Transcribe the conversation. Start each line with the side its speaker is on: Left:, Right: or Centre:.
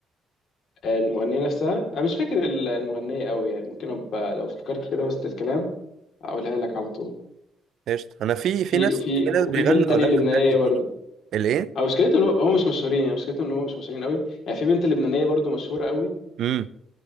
Left: آه، المغنية نفسها أنا مش فاكر ال- المغنية أوي يعني ممكن أبقى لو افتكرت كده وسط الكلام أقولها لك على طول
Right: قشطه انا في
Left: وفي
Right: في ناس
Left: وفي
Right: في ناس بيغنوا
Left: وفي بنت تانية
Right: اغاني
Left: لبنانية
Right: بجد
Left: برضو
Right: كتير الايه
Left: أو مشكلته إن هو هو مش مشهورين يعني مشكلته إن هو مش مشهورين أوي يعني في بنت لبنانية برضو مشهورة أوي
Right: امم